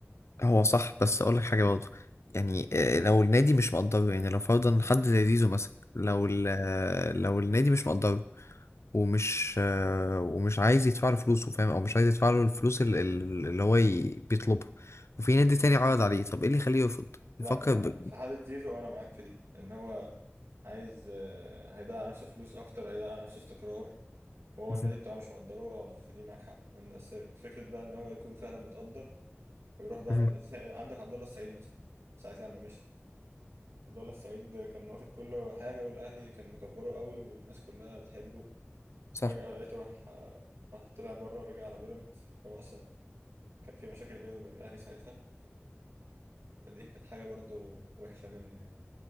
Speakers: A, on the left; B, on the right.
A: هو صح بس اقول لك حاجه برضه يعني آه، لو النادي مش مقدره يعني لو فرضا حد زي زيزو مثلا لو
B: يعني
A: ال- آه، لو النادي مش مقدره ومش آه، ومش عايز يدفع له فلوسه فاهم او مش عايز يدفع له الفلوس ال- ال- اللي هو ي- بيطلبها وفي نادي تاني عرض عليه طب ايه اللي يخليه يرفض
B: لا
A: يفكر
B: في
A: ب...
B: في حالة زيزو آه، أنا معاك في دي لأن هو عايز آه، هيضيع على نفسه فلوس أكتر هيضيع على نفسه استقرار وهو
A: مهم.
B: النادي بتاعه مش مقدره أه في دي معاك حق الناس فكرة بقى إن هو يكون فعلا متقدر ويروح بقى
A: مهم.
B: زي- عندك عبد الله السعيد مثلا ساعة لما مشي عبد الله السعيد كان واخد كل حاجة والأهلي كان مكبره قوي والناس كلها بتحبه
A: صح
B: فجأة لقيته راح آه، راح طلع بره راجع على بيراميدز هو أصلا كان في مشاكل بينه وبين الأهلي ساعتها فدي كانت حاجة برضو وحشة منه يعني